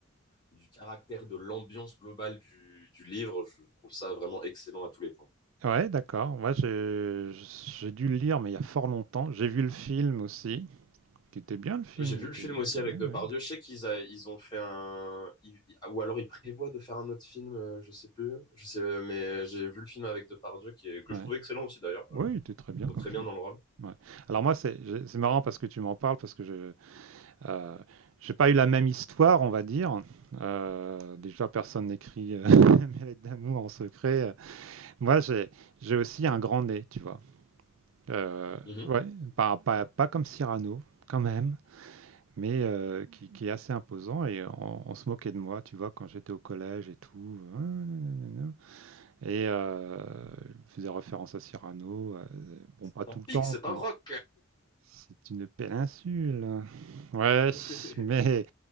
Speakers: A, on the left; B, on the right.
A: du caractère, de l'ambiance globale du, du livre, je trouve ça vraiment excellent à tous les points.
B: Ouais, d'accord. Moi, j'ai j'ai dû le lire, mais il y a fort longtemps. J'ai vu le film aussi, qui était bien le film.
A: J'ai vu
B: Il était...
A: le film
B: Ouais,
A: aussi avec Depardieu.
B: ouais.
A: Je sais qu'ils a- ils ont fait un, ils- ils- ou alors ils prévoient de faire un autre film, euh, je sais plus. Je sais, mais j'ai vu le film avec Depardieu qui est, que
B: Ouais.
A: je trouve excellent aussi d'ailleurs.
B: Ouais,
A: Euh,
B: il était très bien
A: Je
B: comme
A: trouve très
B: film.
A: bien dans le rôle.
B: Ouais. Alors moi, c'est j'ai- c'est marrant parce que tu m'en parles, parce que je euh, j'ai pas eu la même histoire, on va dire. Euh, déjà, personne n'écrit euh, <laughs> mes lettres d'amour en secret. Moi, j'ai j'ai aussi un grand nez, tu vois. Euh,
A: Mhm.
B: ouais, pas, pas, pas comme Cyrano, quand même. mais euh, qui, qui est assez imposant. Et on, on se moquait de moi, tu vois, quand j'étais au collège et tout. Ah, nanana. Et euh, je faisais référence à Cyrano. euh, bon, pas
A: C'est
B: tout
A: un
B: le
A: pig,
B: temps,
A: c'est
B: comme
A: un rock.
B: c'est une péninsule. Ouais,
A: <laughs>
B: mais,